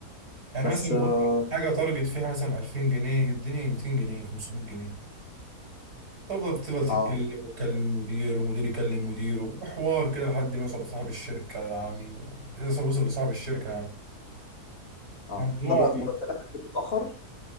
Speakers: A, on the right; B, on the left.
A: يعني
B: بس
A: مثلا المفروض
B: اه,
A: حاجه تارجت فيها مثلا 2000 جنيه يديني 200 جنيه 500 جنيه تفضل بتفضل تتكلم
B: آه.
A: وتكلم المدير ومدير يكلم مديره وحوار كده لحد ما يوصل لصاحب الشركه يعني اذا وصل لصاحب الشركه يعني
B: اه
A: موضوع
B: طب مرتباتك بتتأخر